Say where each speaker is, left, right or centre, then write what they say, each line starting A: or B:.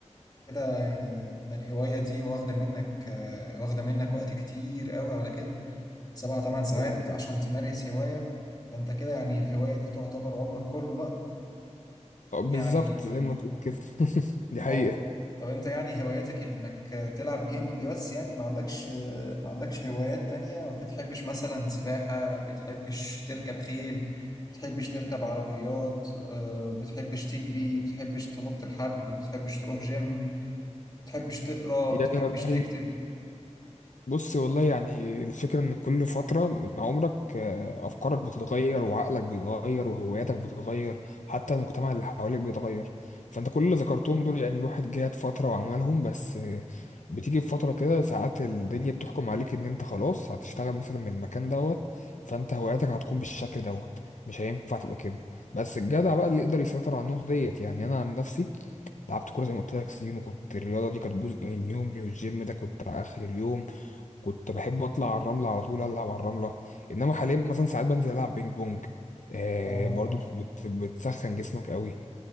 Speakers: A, on the left (about 30°); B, on the left (about 90°).
A: انت كده يعني ده الهوايه دي واخده منك آه، واخده منك وقت كتير قوي على كده سبعة تمن ساعات
B: يعني
A: عشان تمارس هوايه فانت كده يعني الهوايه دي تعتبر عمرك كله بقى
B: بالظبط
A: يعني
B: زي ما تقول كده <laughs> دي حقيقة
A: اه طب انت يعني هواياتك انك تلعب جيمنج بس يعني ما عندكش ما عندكش هوايات تانية ما بتحبش مثلا سباحة بتحبش تركب خيل بتحبش تركب عربيات آه، بتحبش تجري بتحبش تنط الحبل بتحبش تروح جيم بتحبش تقرا
B: يعني
A: بتحبش
B: والله
A: تكتب
B: بص والله يعني الفكرة إن كل فترة من عمرك آه، أفكارك بتتغير وعقلك بيتغير وهواياتك بتتغير حتى المجتمع اللي حواليك بيتغير فأنت كل اللي ذكرتهم دول يعني الواحد جات فترة وعملهم بس آه، بتيجي في فترة كده ساعات الدنيا بتحكم عليك إن أنت خلاص هتشتغل مثلا من المكان دوت فأنت هواياتك هتكون بالشكل دوت مش هينفع تبقى كده بس الجدع بقى اللي يقدر يسيطر على النقطة ديت يعني أنا عن نفسي لعبت كورة زي ما قلت لك سنين وكنت الرياضة دي كانت جزء من يومي والجيم ده كنت آخر اليوم كنت بحب اطلع على الرمله على طول العب على الرمله انما حاليا مثلا ساعات بنزل العب بينج بونج آه
A: اه اه
B: برضو بت بتسخن جسمك قوي